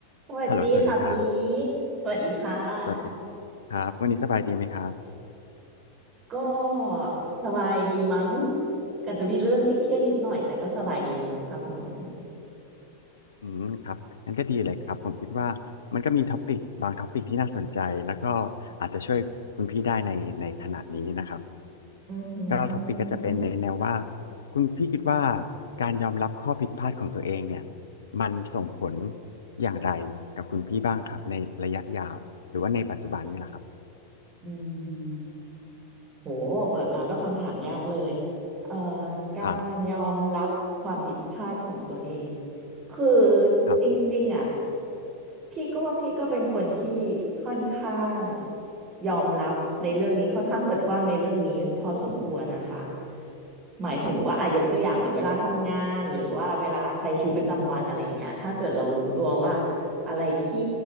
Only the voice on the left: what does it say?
ฮัลโหลสวัสดีครับสวัสดีครับวันนี้สบายดีไหมครับ
อืมครับงั้นก็ดีเลยครับผมคิดว่ามันก็มีท็อปิกบางท็อปิกที่น่าสนใจ แล้วก็อาจจะช่วยคุณพี่ได้ในในขณะนี้นะครับ
ก็ท็อปิกก็จะเป็นในแนวว่า
คุณพี่คิดว่าการยอมรับข้อผิดพลาดของตัวเองเนี่ยมันส่งผลอย่างไรกับคุณพี่บ้างครับในระยะยาวหรือว่าในปัจจุบันนี่แหละครับ
ครับ
ครับ
ครับผม